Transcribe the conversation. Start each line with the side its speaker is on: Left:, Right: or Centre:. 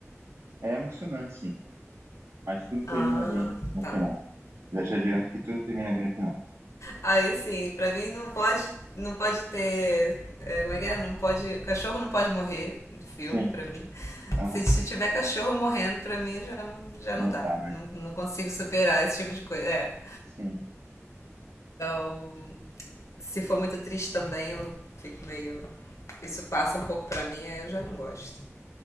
Right: É emocionante, sim, mas tudo termina
Left: Ah,
Right: bem no
Left: tá.
Right: final. Já te adianto que tudo termina bem no final.
Left: Aí sim, pra mim não pode, não pode ter. é, como é que é? Não pode. O cachorro não pode morrer no filme,
Right: Sim,
Left: pra mim.
Right: aham,
Left: Se, se tiver cachorro morrendo, pra mim já não, já
Right: não
Left: não dá.
Right: tá, né?
Left: Não, não consigo superar esse tipo de coisa. É.
Right: Sim,
Left: Então, se for muito triste também, eu fico meio. Isso passa um pouco pra mim, aí eu já não gosto.